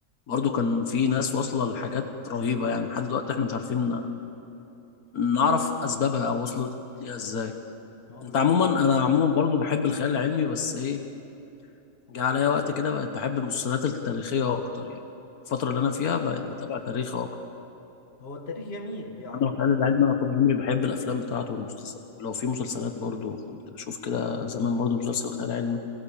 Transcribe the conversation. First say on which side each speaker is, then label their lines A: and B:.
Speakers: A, on the left (about 80°); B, on the left (about 45°).
A: برضو كان في ناس واصلة لحاجات رهيبة يعني لحد دلوقتي احنا مش عارفين ن- نعرف اسبابها او وصلت ليها ازاي
B: ما هو
A: انت
B: بالظبط
A: عموما انا عموما برضو بحب الخيال العلمي بس ايه جه عليا وقت كده بقت بحب المسلسلات التاريخية اكتر يعني الفترة
B: آه.
A: اللي انا فيها بقت بتابع تاريخ اكتر
B: هو التاريخ جميل بيعرفك
A: انا الخيال العلمي انا طول عمري بحب الافلام بتاعته والمسلسلات ولو في مسلسلات برضو كنت بشوف كده زمان برضو مسلسل خيال علمي